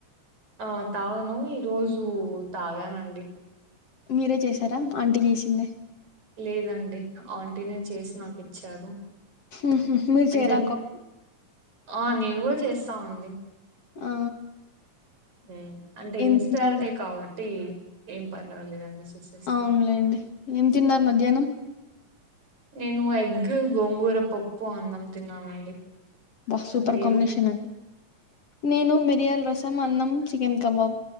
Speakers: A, on the right (about 60°); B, on the left (about 50°).
A: ఆ తాగను ఈరోజు తాగానండి
B: మీరే చేసారా ఆంటి చేసిందే
A: లేదండి ఆంటినే చేసి నాకు ఇచ్చారు
B: ఉహు, మీరు
A: అంటే
B: చేయరా
A: నే
B: కా
A: ఆ నేను కూడా చేస్తా అండి
B: ఆ
A: ఉమ్ అంటే
B: ఏం
A: ఇన్స్టాంటే
B: తిన్నారు
A: కాబట్టి ఏం పర్వాలేదండి చేసేస్తా.
B: అవునులేండి ఏం తిన్నారు మధ్యాహ్నం
A: నేను ఎగ్గ గోంగూర పప్పు అన్నం తిన్నానండి
B: బా సూపర్
A: మీరు?
B: కాంబినేషన నేను మిరియాల రస్సమ్ అన్నం చికెన్ కబాబ్